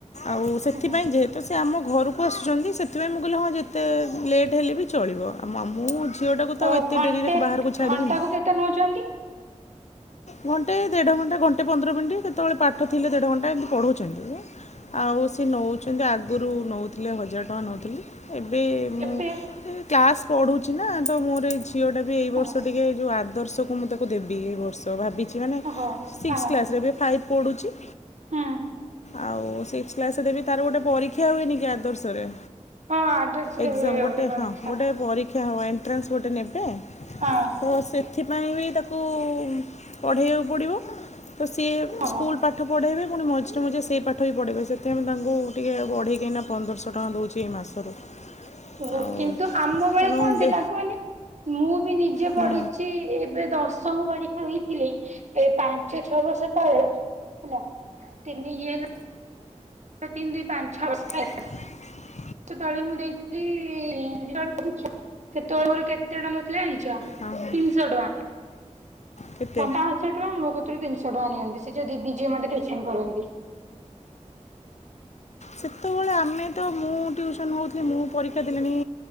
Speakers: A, on the left; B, on the right.
A: ଆଉ ସେଥିପାଇଁ
B: ହୁଁ
A: ଯେ ତ ସେ ଆମ ଘରକୁ ଆସୁଛନ୍ତି ସେଥିପାଇଁ ମୁଁ କହିଲି ହଁ ଯେତେ ଲେଟ୍ ହେଲେ ବି ଚଳିବ ଆଉ ମୁଁ ଝିଅଟାକୁ ତ
B: ଓ
A: ଆଉ ଏତେ
B: ଘଣ୍ଟେ
A: ଡେରିରେ ବାହାରକୁ ଛାଡ଼ିବିନି
B: ଘଣ୍ଟାକୁ କେତେ ନେଉଛନ୍ତି?
A: ଘଣ୍ଟେ ଦେଢ଼ ଘଣ୍ଟା ଘଣ୍ଟେ ପନ୍ଦର ମିନିଟ୍ ଯେତେବେଳେ ପାଠ ଥିଲେ ଦେଢ଼ ଘଣ୍ଟା ଏମିତି ପଢ଼ଉଛନ୍ତି ଏ ଆଉ ସେ ନଉଛନ୍ତି ଆଗୁରୁ ନଉଥିଲେ ହଜାର ଟଙ୍କା ନଉଥିଲେ ଏବେ ମୁଁ
B: ଏବେ
A: ଏଇ କ୍ଲାସ୍ ପଢ଼ୁଛି ନା ତ ମୋର ଏଇ ଝିଅଟା ବି ଏଇ
B: ହଁ
A: ବର୍ଷ ଟିକେ ଯୋଉ ଆଦର୍ଶକୁ ମୁଁ ତାକୁ ଦେବି ଏଇ ବର୍ଷ ଭାବିଚି ଚି ମାନେ
B: ଓହୋ
A: ସିକ୍ସ
B: ହଁ
A: କ୍ଲାସରେ, ଏବେ ଫାଇଭ୍ ପଢ଼ୁଛି
B: ହୁଁ
A: ଆଉ ସିକ୍ସ କ୍ଲାସରେ ବି ତାର ଗୋଟେ ପରୀକ୍ଷା ହୁଏନି କି ଆଦର୍ଶରେ?
B: ହଁ ଆଦର୍ଶ ରେ
A: ଏକ୍ଜାମ
B: ହୁଏ
A: ଗୋଟେ
B: ପରୀକ୍ଷା।
A: ହଁ ଗୋଟେ ପରୀକ୍ଷା ହବ, ଏଣ୍ଟ୍ରାନ୍ସ ଗୋଟେ ନେବେ
B: ହଁ
A: ତ ସେଥିପାଇଁ ବି ତାକୁ ପଢ଼େଇବାକୁ ପଡ଼ିବ ତ ସିଏ
B: ଓହୋ।
A: ସ୍କୁଲ ପାଠ ପଢ଼େଇବେ, ପୁଣି ମଝିରେ ମଝିରେ ସେଇ ପାଠ ପାଠ ବି ପଢ଼େଇବେ। ସେଥିପାଇଁ ମୁଁ ତାଙ୍କୁ ଟିକେ ବଢ଼େଇକି ଏଇନା ପନ୍ଦରଶହ ଟଙ୍କା ଦଉଛି ଏଇ ମାସରୁ।
B: ଓହୋ।
A: ଆଉ
B: କିନ୍ତୁ ଆମ ବେଳେ
A: ତେଣୁ
B: କଣ
A: ଦେ
B: ଥିଲା କୁହନି ମୁଁ ବି ନିଜେ
A: ହୁଁ
B: ପଢିଛି, ଏବେ ଦଶ ଦଶମ ପରୀକ୍ଷା ଦେଇଥିଲି, ଏଇ ପାଞ୍ଚ ଛଅ ବର୍ଷ ତଳେ ହେଲା। ତିନି ଇଏରେ ଏଇ ତିନ ଦୁଇ ପାଞ୍ଚ ଛଅ ବର୍ଷ <unintelligible>
A: <inaudible>
B: ତଳେ ମୁଁ ଦେଇଥିଲି <unintelligible> ପରୀକ୍ଷା ସେତେବେଳେ ବହୁତ ଛୋଟ ସେତେବେଳେ ମୋର କେତେ ଥିଲା ଜାଣିଛ,
A: ହଁ ହଁ
B: ତିନଶ ଟଙ୍କା।
A: କେତେ
B: ପାଆଁଶ ଟଙ୍କା, ମୋ କତୁରୁ ତିନିଶହ ଟଙ୍କା ନିଅନ୍ତି। ସେ ଯୋଉ ଦିଦି ଯିଏ ମତେ ଟ୍ୟୁସନ କରନ୍ତି। <inaudible>
A: ସେତବଳେ ଆମେ ତ ମୁଁ ଟିଉସନ୍ ହଉଥିଲି, ମୁଁ ପରୀକ୍ଷା ଦେଲିଣି